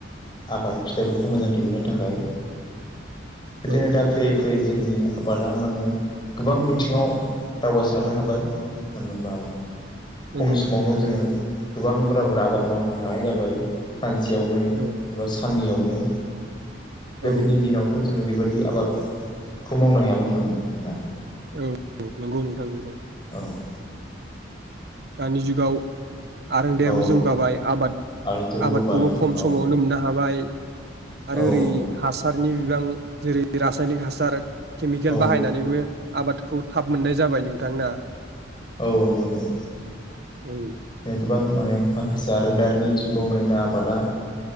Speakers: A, on the left; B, on the right.
A: आबाद फिथाइफोरखौ मोजां दिहुननो थाखाय बेदिनो
B: औ
A: दा फैयै फैयै जोंनि आबादा माने गोबां बिथिङाव दावगासारनो हाबाय मानो होनबा
B: नंगौ
A: खम
B: नोंथां
A: समावनो
B: नंगौ
A: जोङो गोबां बुरा बुरा आबाद मावनो हानाय जाबाय सान सेयावनो
B: औ
A: एबा सानदियाव मोनो गोदोनि
B: औ
A: दिनावथ' जोङो बिब बेबायदि आबादखौ मावनो हायोमोन माने दा
B: औ नंगौ नोंथां नंगौ
A: अह
B: दानि जुगाव आरोंदायाबो
A: औ
B: जौगाबाय आबाद
A: आरो जौगाबाय
B: आबादखौबो खम
A: औ
B: समावनो मोननो हाबाय। आरो
A: औ
B: ओरै हासार हानि बिबां जेरै रासायनिक हासार केमिकेल
A: औ
B: बाहायनानैबो आबाद खौ थाब मोननाय जाबाय नोंथांना
A: औ नंगौ नंगौ
B: औ
A: ए गोबां माने माखासे आरोंदारिनि जुगाव माने दा आबादा